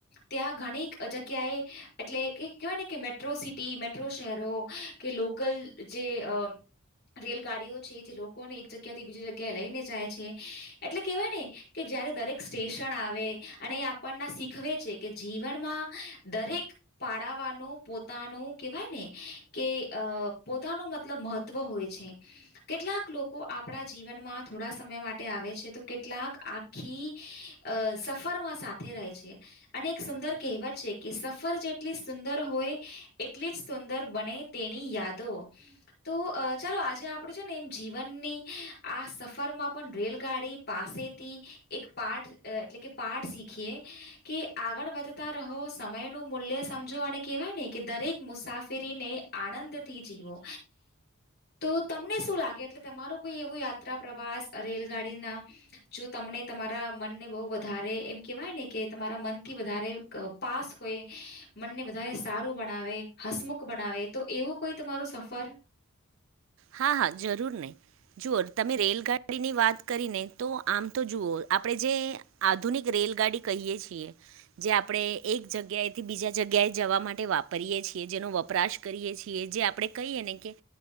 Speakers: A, on the left; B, on the right.
A: ત્યાં ઘણીક જગ્યાએ એટલે કે કહેવાય ને કે મેટ્રો સિટી મેટ્રો શહેરો કે લોકલ જે અ રેલગાડીઓ છે જે લોકોને એક જગ્યાથી બીજી જગ્યાએ લઈને જાય છે એટલે કેવાય ને કે જયારે દરેક સ્ટેશન આવે અને એ આપણને શીખવે છે કે જીવનમાં દરેક પાળવાનું પોતાનું કેવાય ને કે અ પોતાનું મતલબ મહત્વ હોય છે. કેટલાક લોકો આપણા જીવનમાં થોડા સમય માટે આવે છે તો કેટલાક આખ આખી અ સફરમાં સાથે રહે છે. અને એક સુંદર કહેવત છે કે સફર જે એટલી સુંદર હોય એટલી જ સુંદર બને તેની યાદો. તો ચાલો આજે આપડે છે ને એમ જીવનની આ સફરમાં પણ રેલગાડી પાસેથી. એક પાઠ એટલે કે પાઠ શીખીએ કે આગળ વધતા રહો સમયનું મૂલ્ય સમજો અને કહેવાય ને કે દરેક મુસાફરીને આનંદથી જીવો. તો તમને શું લાગે એટલે તમારો કોઈ એવો યાત્રા પ્રવાસ રેલગાડીના જો તમને તમારા મનને બવ વધારે એમ કેવાય ને કે તમારા મનથી વધારે ક પાસ હોય. મનને વધારે સારું બનાવે હસમુખ બનાવે તો એવું કોઈ તમારું સફર.
B: હા હા જરૂર ને. જુઓ તમે રેલગાડીની વાત કરીને તો આમ તો જુઓ આપણેે જે આધુનિક રેલગાડી કહીએ છીએ જે આપણે એક જગ્યાએથી બીજા જગ્યાએ જવા માટે વાપરીએ છીએ જેનો વપરાશ કરીએ છીએ જે આપણે કહીએ ને કે